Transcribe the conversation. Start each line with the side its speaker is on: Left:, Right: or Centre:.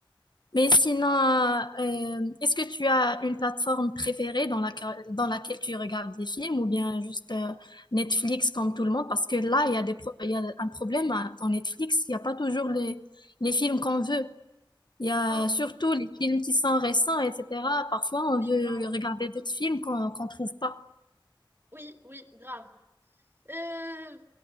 Left: Mais sinon, euh, euh, est-ce que tu as une plateforme préférée dans laquelle, dans laquelle tu regardes des films ou bien juste euh, Netflix comme tout le monde? Parce que là, il y a des pro- il y a un problème hein, dans Netflix, il n'y a pas toujours les, les films qu'on veut. Il y a
Right: Ah,
Left: surtout les films qui sont récents, etc. Parfois,
Right: oui,
Left: on veut
Right: grave.
Left: regarder d'autres films qu'on qu'on trouve pas.
Right: Oui, oui, grave. Euh,